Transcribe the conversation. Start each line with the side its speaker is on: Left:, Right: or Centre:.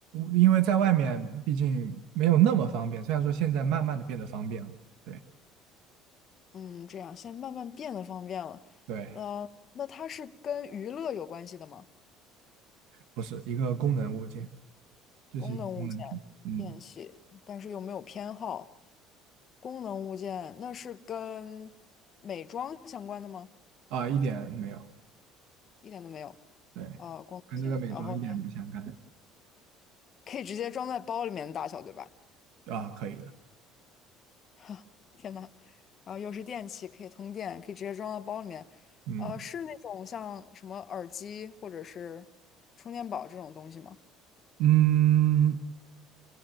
Right: 因为在外面毕竟没有那么方便。虽然说现在慢慢的变得方便了。对
Left: 嗯，这样现在慢慢变得方便了。
Right: 对，
Left: 呃，那它是跟娱乐有关系的吗？
Right: 不是一个功能物件，这是一个功能品。
Left: 功能物件、
Right: 嗯
Left: 电器，但是又没有偏好。功能物件，那是跟美妆相关的吗？
Right: 啊，一点没有。
Left: 一点都没有。
Right: 对，
Left: 呃，功能性，
Right: 跟这个美妆一点不相干
Left: 然后可以直接装在包里面的大小，对吧？
Right: 啊，可以的，
Left: <laughs> 哈，天呐，然后又是电器，可以通电，可以直接装到包里面。
Right: 嗯
Left: 呃，是那种像什么耳机或者是充电宝这种东西吗？
Right: 嗯，